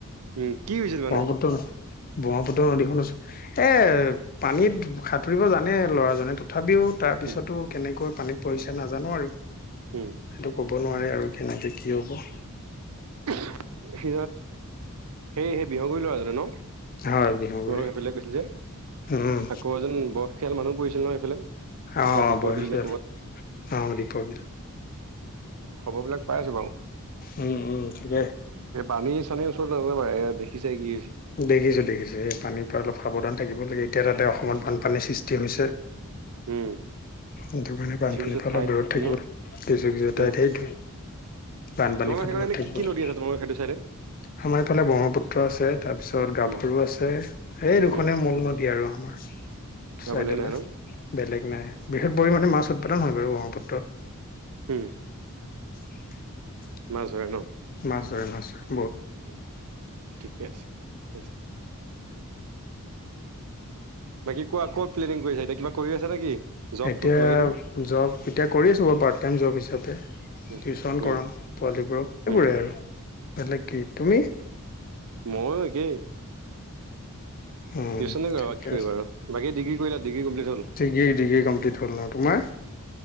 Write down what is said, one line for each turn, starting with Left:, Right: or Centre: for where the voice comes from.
Right: উম, কি হৈছিল মানে?
Left: ব্ৰহ্মপুত্ৰ ব্ৰহ্মপুত্ৰ নদীখন ওৰত এ, পানীত সাঁতুৰিব জানে ল'ৰাজনে তি তথাপিও, তাৰপিছতো
Right: উম
Left: কেনেকৈ পানীত পৰিছে নাজানো আৰু। সেইটো
Right: উম
Left: ক'ব নোৱাৰে আৰু কেনেকে কি হ'ব।
Right: <inaudible> সেই, সেই বিহগুৰি ল'ৰাজাননে ন,
Left: হয় বিহুগুৰি
Right: তোমালোকক সেইফালে কৈছিল যে
Left: উম
Right: আকৌ এজন বয়সীয়াল মানুহ পৰিছিল নহয়। এইফালে কাত
Left: অ
Right: দীপৰ
Left: বয়সীয়াল
Right: বিলে ক'বাত।
Left: অ দীপৰ বিল
Right: খবৰ বিলাক পাই আছো বাৰু।
Left: উম, উম, থাকেই।
Right: তাকে পানী চানীৰ ওচৰত নাজাবা দেখিছে কি?
Left: দেখিছো, দেখিছো এই পানীৰ পৰা অলপ সাৱধান থাকিব লাগে। এতিয়া তাতে অসমত বানপানীৰ সৃষ্টি হৈছে।
Right: উম।
Left: সেইটো কাৰণে বানপানীটো
Right: কিছু কিছু ঠাইত
Left: অলপ দূৰত থাকিব
Right: ন
Left: কিছু, কিছু
Right: উম
Left: ঠাইত সেইটো। বানপানী
Right: তোমালোকৰ
Left: পাদত
Right: সেইকাৰণে এনে
Left: থাকিব
Right: কি কি
Left: লাগ
Right: নদী আছে তোমালোকৰ সেইটো চাইডে
Left: আমাৰ এইফালে ব্ৰহ্মপুত্ৰ আছে। তাৰপিছত গাভৰুো
Right: উম
Left: আছে এই, দুখনে
Right: উম
Left: মূল নদী আৰু আমাৰ।
Right: আৰু
Left: ছাইডলৈ
Right: বেলেগ নাই ন
Left: বেলেগ নাই বৃহৎ পৰিমাণে মাছ
Right: উম
Left: উৎপাদন হয় বাৰু ব্ৰহ্মপুত্ৰত।
Right: উম।
Left: <inaudible>
Right: মাছ ধৰে ন।
Left: মাছ ধৰে, মাছ ধৰে।
Right: উম ঠিকে আছে, ঠিকে আছে। বাকী কোৱা ক'ত প্লেনিং কৰি এতিয়া কিবা কৰি আছে নেকি। জব
Left: এতিয়া
Right: তব কিবা কিনি
Left: জব এতিয়া কৰি আছো বাৰ পাৰ্ট টাইম জব হিচাপে।
Right: উম
Left: টিউচন কৰাও
Right: উম
Left: পোৱালীবোৰক সেইবোৰে
Right: উম
Left: আৰু বেলেগ কি তুমি
Right: মই একে।
Left: উম
Right: টিউচনে কৰোঁ
Left: ঠিকে
Right: কি কৰিব
Left: আছে
Right: বাৰু বাকী ডিগ্ৰী কৰিলে। ডিগ্ৰী কমপ্লিট হ'ল মই,
Left: ডিগ্ৰী ডিগ্ৰী কমপ্লিট হ'ল ন তোমাৰ